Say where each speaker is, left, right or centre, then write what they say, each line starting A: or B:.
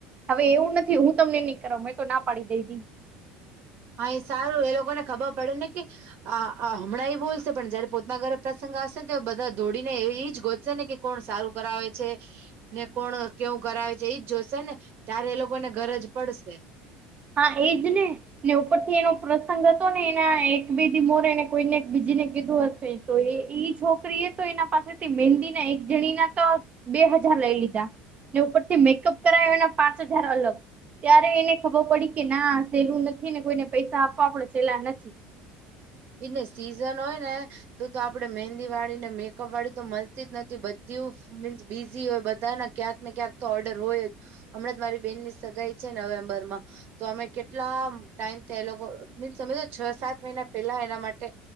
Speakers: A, on the right; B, on the right.
A: હવે એવું નથી હું તમને ની કરાઉ મેં તો ના પાડી દેઈધી.
B: હા એ સારું એ લોકોને ખબર પડે ને કે આ આ હમણાં એ બોલશે પણ જયારે પોતના ઘરે પ્રસંગ આવશે ને તો બધા દોડીને એ ઈજ ગોતશે ને કે કોણ સારું કરાવે છે. ને કોણ કેવું કરાવે છે એજ જોશે ને ત્યારે એ લોકોને ગરજ પડશે.
A: હા એજ ને. ને ઉપર થી એનો પ્રસંગ હતો ને એના એક બે દી મોર એને કોઈને બીજી ને કીધું હશે. તો એ ઈ છોકરી એ તો એના પાસેથી મહેંદી ના એક જણીના તો બે હજાર લઈ લીધા ને ઉપરથી મેકઅપ કરાયો એના પાંચ હજાર અલગ ત્યારે એને ખબર પડી કે ના સેલું નથી ને કોઈને પૈસા આપવા પડશે એટલે આ નસી
B: ઈજને સિઝન હોય ને તો તો આપડે મહેંદી વાળી ને મેકઅપ વાળી તો મળતી જ નથી બધીઉ મીન્સ બીઝી હોય બધાના ક્યાંક ને ક્યાંક તો ઓર્ડર હોય જ હમણાં જ મારી બેનની સગાઈ છે નવેમ્બર માં તો અમે કેટલા ટાઈમ તે લોકો મીન્સ અમે તો છ સાત મહિના પેલા એના માટે